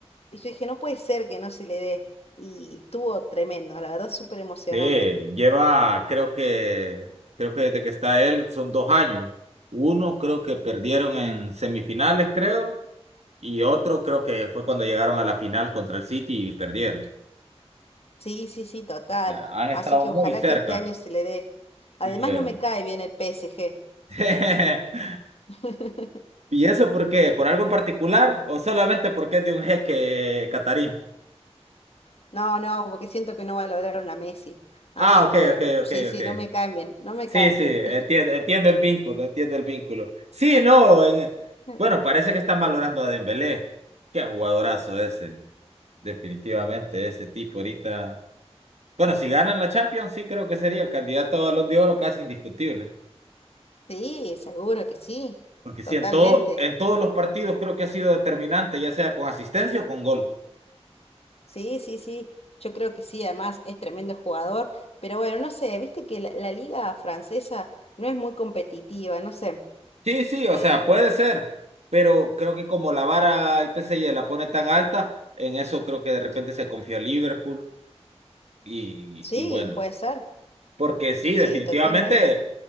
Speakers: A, on the left; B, on the right.
A: y yo dije, no puede ser que no se le dé, y estuvo tremendo, la verdad, súper emocionante.
B: Sí, lleva, creo que, creo que desde que está él son dos años. Uno creo que perdieron en semifinales, creo, y otro creo que fue cuando llegaron a la final contra el City y perdieron. O
A: Sí, sí, sí, total,
B: sea, han estado
A: así que
B: muy
A: ojalá
B: cerca.
A: que este año se le dé. Además,
B: Sí, eh.
A: no me cae bien el PSG.
B: <laughs>
A: <laughs>
B: ¿Y eso por qué? ¿Por algo en particular o solamente porque es de un jeque catarí?
A: No, no, porque siento que no va a lograr una Messi. Así
B: Ah, ok,
A: que
B: ok, ok,
A: sí, sí,
B: ok.
A: no me caen bien, no me
B: Sí,
A: caen
B: sí,
A: bien.
B: entiendo, entiendo el vínculo, entiendo el vínculo. Sí, no, en-
A: <laughs>
B: bueno, parece que están valorando a Dembélé. Qué jugadorazo ese, definitivamente, ese tipo ahorita. Bueno, si ganan la Champions, sí creo que sería el candidato a Balón de Oro casi indiscutible.
A: Sí, seguro que sí,
B: Porque sí,
A: totalmente.
B: en todo, en todos los partidos creo que ha sido determinante, ya sea con asistencia o con gol.
A: Sí, sí, sí, yo creo que sí, además es tremendo jugador, pero bueno, no sé, viste que la, la liga francesa no es muy competitiva, no sé.
B: Sí, sí,
A: eh,
B: o sea, puede ser, pero creo que como la vara el PSG la pone tan alta, en eso creo que de repente se confió Liverpool y,
A: sí,
B: y bueno.
A: puede ser,
B: Porque sí,
A: sí,
B: definitivamente,
A: totalmente.